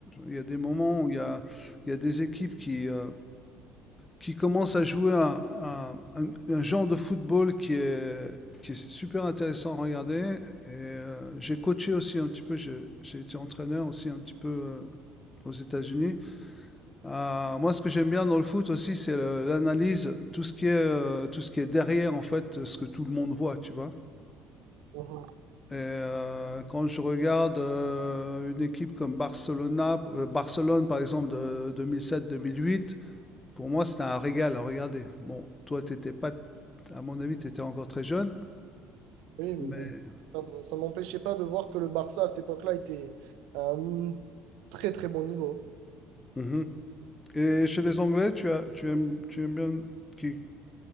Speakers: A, on the left; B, on the right.
A: Il y a des moments où il y a, il y a des équipes qui, euh, qui commence à jouer un, un, un- un genre de football qui est, qui est super intéressant à regarder. Et euh, j'ai coaché aussi un petit peu, j'ai j'ai été entraîneur aussi un petit peu euh, aux États-Unis. Euh, moi, ce que j'aime bien dans le foot aussi, c'est le- l'analyse, tout ce qui est, euh, tout ce qui est derrière, en fait, ce que tout le monde voit, tu vois.
B: ok.
A: Et euh, quand je regarde euh, une équipe comme Barcelona, euh, Barcelone, par exemple, de 2007-2008, pour moi, c'était un régal à regarder. Bon, toi, t'étais pas, à mon avis, tu étais encore très jeune,
B: Oui, mais
A: mais.
B: bon, ça me- ça m'empêchait pas de voir que le Barça à cette époque-là était à un très très bon niveau.
A: Mhm. Et chez les Anglais, tu as, tu aimes, tu aimes bien qui?